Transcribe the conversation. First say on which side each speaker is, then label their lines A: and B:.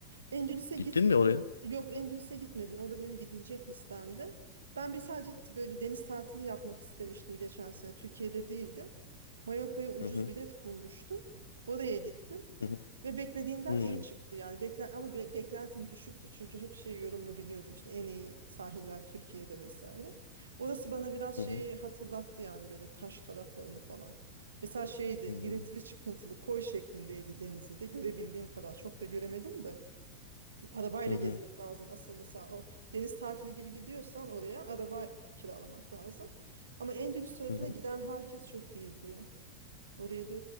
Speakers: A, on the right (about 70°); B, on the left (about 70°).
A: Endülüs'e gitmedim.
B: Gittin mi oraya?
A: Yok Endülüs'e gitmedim. O da benim gidilecek listemde. Ben bir sadece t- böyle deniz tatili yapmak istemiştim geçen sene. Türkiye'de değildim. Mallorca'ya ucuz
B: Hı hı.
A: bilet bulmuştum. Oraya gittim.
B: Hı hı.
A: Ve beklediğimden
B: Hı.
A: iyi çıktı yani. Beklen ama be- beklentim düşüktü. Çünkü hep şey yorumunu biliyordum işte en iyi sahiller Türkiye'de vesaire. Orası bana biraz
B: Hı
A: şeyi
B: hı.
A: hatırlattı yani böyle Kaş taraflarını falan. Mesela şeydi
B: Hı hı.
A: girintili çıkıntılı koy şeklindeydi denizi de görebildiğim kadar çok da göremedim de. Arabayla
B: Hı hı.
A: gezmek lazım asıl mesela o deniz tatili gibi gidiyorsan oraya araba kiralamak lazım. Ama Endülüs tarafına
B: Hı hı.
A: giden herkes çok iyi diyor. Oraya da